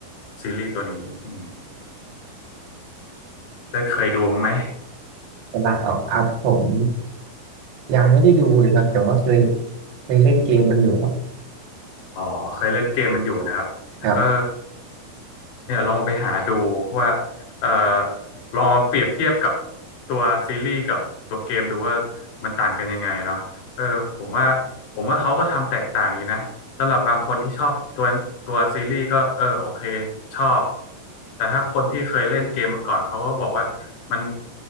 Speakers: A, on the left; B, on the right.
A: ซีรีส์ตัวนี้อืมได้เคยดูมั้างไหม
B: ตลาดออกอัพผมยังไม่ได้ดูเลยครับแต่ว่าเคยเคยเล่นเกมมันอยู่ครับ
A: อ๋อเคยเล่นเกมมันอยู่นะครับเออ
B: ครับ
A: เนี่ยลองไปหาดูว่าเออลองมาเปรียบเทียบกับตัวซีรีส์กับตัวเกมดูว่ามันต่างกันยังไงเนาะเออผมว่าผมว่าเขาก็ทำแตกต่างอยู่นะสำหรับบางคนที่ชอบตัวตัวซีรีส์ก็เออโอเคชอบแต่ถ้าคนที่เคยเล่นเกมมาก่อนเขาก็บอกว่ามัน